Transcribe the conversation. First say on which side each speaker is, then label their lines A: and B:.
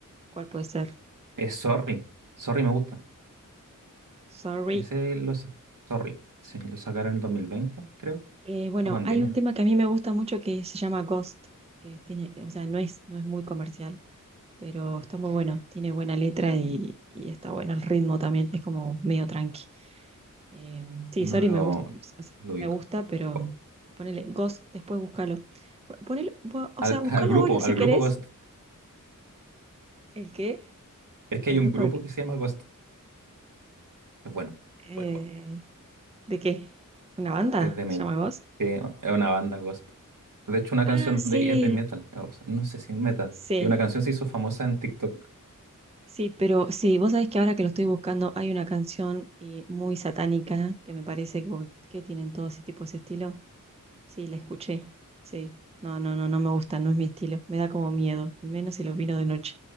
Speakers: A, on the right (about 20°); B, on the right (about 70°).
A: ¿cuál puede ser?
B: Es Sorry, Sorry me gusta.
A: Sorry.
B: Ese lo, sa- Sorry, sí, lo sacaron en el 2020, creo,
A: Eh, bueno,
B: para pandemia.
A: hay un tema que a mí me gusta mucho que se llama Ghost, que tiene, o sea, no es, no es muy comercial, pero está muy bueno, tiene buena letra y, y está bueno el ritmo también, es como medio tranqui. Eh, sí,
B: No
A: Sorry
B: lo,
A: me gusta,
B: no
A: o sea,
B: lo ubico.
A: me gusta, pero
B: O-
A: ponele Ghost, después búscalo. Po- Ponele, po- o
B: Al,
A: sea, búscalo
B: al grupo,
A: ahora si
B: al
A: querés.
B: grupo Ghost.
A: ¿El qué?
B: Es que
A: ¿El
B: hay un
A: grupo
B: grupo
A: de qué?
B: que se llama Ghost. Es bueno.
A: Eh,
B: Bueno, bueno.
A: ¿de qué? ¿Una banda?
B: Es de metal.
A: ¿Se llama Ghost?
B: Eh, Es una banda Ghost. De hecho, una
A: Ah,
B: canción
A: sí,
B: de es de metal. O sea, no sé si es metal.
A: sí,
B: Y una canción se hizo famosa en TikTok.
A: sí, pero sí, vos sabés que ahora que lo estoy buscando hay una canción eh, muy satánica que me parece que, que tienen todos ese tipo, ese estilo, Sí, la escuché. Sí. No, no, no, no me gusta, no es mi estilo. Me da como miedo, menos si los vino de noche.